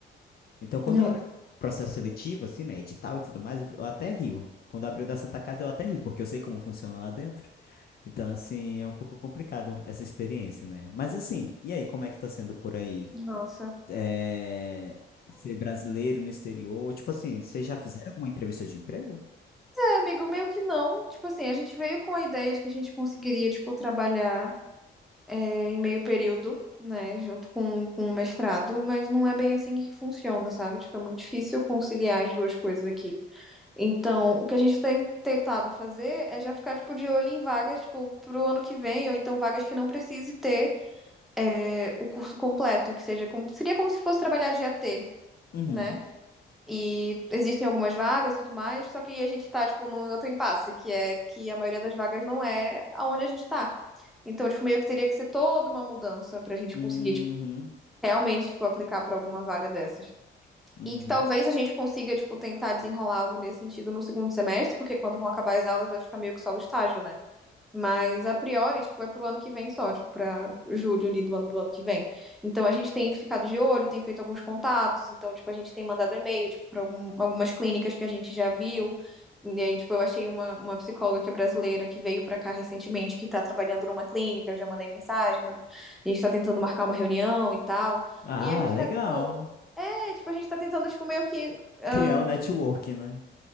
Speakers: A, on the left (about 50°); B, in the centre.
A: Então, quando
B: É.
A: abre processo seletivo, assim, né, edital e tudo mais, eu eu até rio. Quando abriu da Santa Casa, eu até ri, porque eu sei como funciona lá dentro. Então, assim, é um pouco complicado essa experiência, né? Mas, assim, e aí, como é que tá sendo por aí?
B: Nossa.
A: É, Ser brasileiro no exterior? Tipo assim, vocês já fizeram alguma entrevista de emprego?
B: É, amigo, meio que não. Tipo assim, a gente veio com a ideia de que a gente conseguiria, tipo, trabalhar é, em meio período, né, junto com, com o mestrado, mas não é bem assim que funciona, sabe? Tipo, é muito difícil conciliar as duas coisas aqui. Então, o que a gente tem tentado fazer é já ficar, tipo, de olho em vagas, tipo, pro ano que vem, ou então vagas que não precise ter é, o curso completo, que seja como, seria como se fosse trabalhar de AT,
A: Uhum.
B: né? E existem algumas vagas e tudo mais, só que a gente tá, tipo, num outro impasse, que é que a maioria das vagas não é aonde a gente tá. Então, tipo, meio que teria que ser toda uma mudança pra gente
A: Uhum.
B: conseguir, tipo, realmente, tipo, aplicar pra alguma vaga dessas.
A: Uhum.
B: E que talvez a gente consiga, tipo, tentar desenrolar algo nesse sentido no segundo semestre, porque quando vão acabar as aulas vai ficar meio que só o estágio, né? Mas a priori, tipo, é pro ano que vem só, tipo, pra julho ali do ano do ano que vem. Então a gente tem ficado de olho, tem feito alguns contatos, então, tipo, a gente tem mandado e-mail, tipo, pra algum- algumas clínicas que a gente já viu. E aí, tipo, eu achei uma, uma psicóloga que é brasileira, que veio pra cá recentemente, que tá trabalhando numa clínica, eu já mandei mensagem, mas a gente tá tentando marcar uma reunião e tal.
A: Ah,
B: E a gente
A: legal.
B: tá, tipo, é, tipo, a gente tá tentando, tipo, meio que. ahn,
A: Criar o network, né?